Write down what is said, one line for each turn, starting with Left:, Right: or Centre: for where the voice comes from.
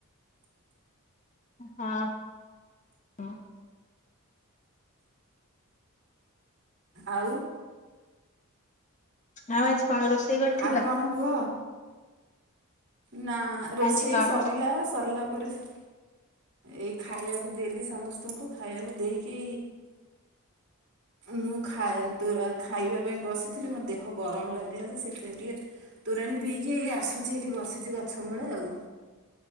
Left: ହଁ ହ।
Right: ଆଉ।
Left: ଆଉ ଆଜି। କଣ ରୋଷେଇ କରିଥିଲ।
Right: ଆଉ କଣ କୁହ ନା ରୋଷେଇ
Left: ଆଜି କଣ
Right: ସରିଲା ସରିଲା। <unintelligible> ଏଇ ଖାଇବାକୁ ଦେଲି ସମସ୍ତଙ୍କୁ ଖାଇବାକୁ ଦେଇକି ମୁଁ ଖା ଖାଇବା। ପାଇଁ ବସିଥିଲି ମୋ ଦେହକୁ। ଗରମ ଲାଗିଲା ଯେ ସେଥିପାଇଁ ଟିକେ ତୋରାଣୀ ପିଇକି ଏଇ ଆସୁଛି ଏଠି ବସିଛି ଗଛ ମୂଳେ ଆଉ।